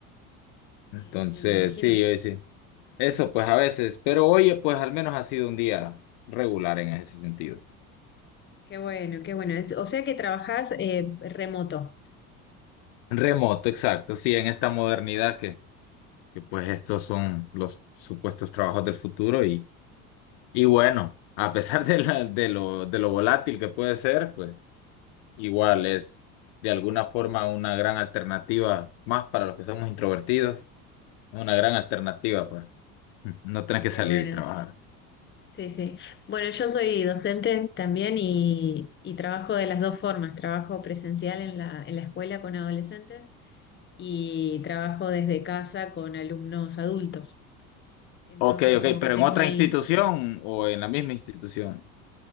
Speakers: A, on the left; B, on the left.
A: Entonces,
B: Sí, sí, me imagino.
A: sí, hoy sí. Eso pues a veces, pero oye, pues al menos ha sido un día regular en ese sentido.
B: Qué bueno, qué bueno. Es- O sea que trabajás eh, remoto.
A: Remoto, exacto, sí, en esta modernidad que, que pues estos son los supuestos trabajos del futuro y, y bueno, a pesar de, la- de lo, de lo volátil que puede ser, pues igual es de alguna forma una gran alternativa, más para los que somos introvertidos, una gran alternativa, pues no tenés que
B: Qué
A: salir
B: bueno.
A: y trabajar.
B: Sí, sí. Bueno, yo soy docente también y, y trabajo de las dos formas. Trabajo presencial en la, en la escuela con adolescentes y trabajo desde casa con alumnos adultos. Entonces,
A: Ok, ok,
B: como
A: pero
B: que tengo
A: en otra
B: ahí...
A: institución o en la misma institución.